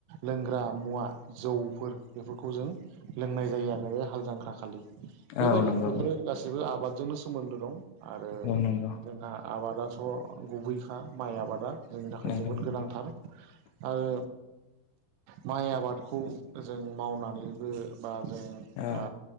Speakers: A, on the right; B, on the left.
A: लोंग्रा मुवा जौफोर बेफोरखौ जों लोंनाय जायो आरो बे हाल जांख्रा खालि खालि बेबायदि
B: औ नंगौ
A: बेफोरो गाससिबो आबादजोंनो सोमोन्दो दं आरो
B: नंगौ
A: जोंहा आबादाथ' गुबैखा माइ आबादा जोंनि थाखाय
B: नंगौ
A: जोबोद
B: नंगौ
A: गोनांथार। आरो माइ आबादखौ जों मावनानैबो बा जों
B: औ
A: ओ